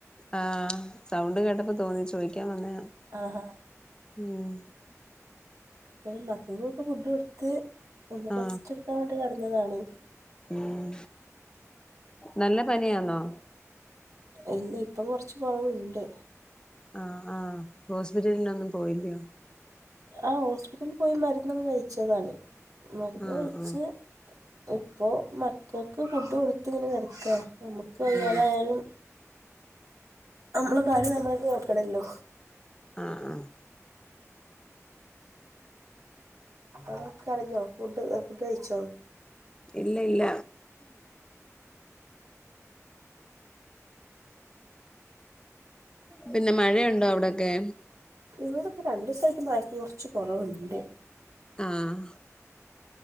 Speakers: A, on the left; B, on the right.
A: ആഹ് സൗണ്ട് കേട്ടപ്പ തോന്നി ചോയിക്കാൻ വന്നെയാണ്.
B: ആഹ്ഹാ.
A: ഉം.
B: പിന്നെ മക്കക്കൊക്കെ ഫുഡ് കൊടുത്ത് ഒന്നു റസ്റ്റ്
A: ആ
B: എടുക്കാൻ വേണ്ടി കെടന്നതാണ്.
A: ഉം നല്ല പനിയാന്നോ?
B: ഇല്ല ഇപ്പം കൊറച്ച് കൊറവ്ണ്ട്.
A: ആഹ് ആഹ് ഹോസ്പിറ്റൽനൊന്നും പോയില്ലിയോ?
B: ആഹ് ഹോസ്പിറ്റലിൽ പോയി മരുന്നൊക്കെ കഴിച്ചതാണ്, മരുന്ന്
A: ആ
B: കഴിച്ച്
A: ആ
B: ഇപ്പൊ മക്കൾക്ക് ഫുഡ് കൊടുത്ത് ഇങ്ങനെ കിടക്കാ. നമ്മുക്ക് വയ്യാതായാലും
A: ഉം
B: നമ്മളെ കാര്യം നമ്മളെന്നെ നോക്കണല്ലോ.
A: ആഹ് ആഹ്.
B: അവ്ടെ കെടന്നോ ഫുഡ് അ ഫുഡ് കഴിച്ചോ?
A: ഇല്ല ഇല്ല. പിന്നെ മഴയുണ്ടോ അവിടൊക്കെ?
B: ഇവടെ പ്പോ രണ്ടൂസായിട്ട് മയക്ക് കൊറച്ച് കൊറവ്ണ്ട്.
A: ആഹ്